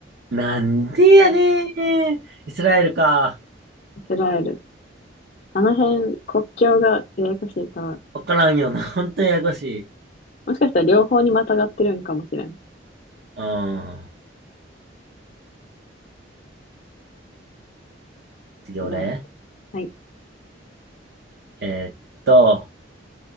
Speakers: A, on the right; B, on the left.
A: なんでやねー。イスラエルか。
B: イスラエル。あの辺、国境がややこしいから、
A: わからんよな。本当ややこしい。
B: もしかしたら両方にまたがってるんかもしれん。イ
A: うん。次俺。
B: スラエル。はい
A: えーっと、